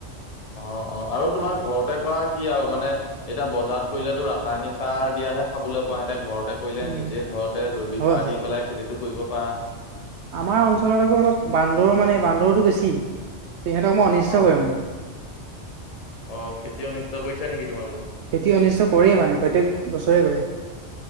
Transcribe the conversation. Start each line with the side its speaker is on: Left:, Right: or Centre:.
Left: অ অ আৰু তোমাৰ ঘৰতে কৰা কি আৰু মানে এতিয়া বজাৰত কৰিলেতো ৰাসায়নিক সাৰ দিয়াহে খাবলৈ পোৱা। এতিয়া ঘৰতে কৰিলে
Right: উম,
Left: নিজে ঘৰতে জৈৱিক
Right: হয়
Left: সাৰ
Right: হয়
Left: দি পেলাই খেতিতটো কৰিব পাৰা।
Right: আমাৰ অঞ্চলত আকৌ অলপ বান্দৰ মানে বান্দৰটো বেছি, তেহেঁতক মই অনিষ্ট
Left: অ
Right: কৰে মানে।
Left: অ খেতিঅ অনিষ্ট কৰিছে নেকি তোমালোকৰ?
Right: খেতি অনিষ্ট কৰেই মানে, প্ৰত্যেক বছৰে কৰে।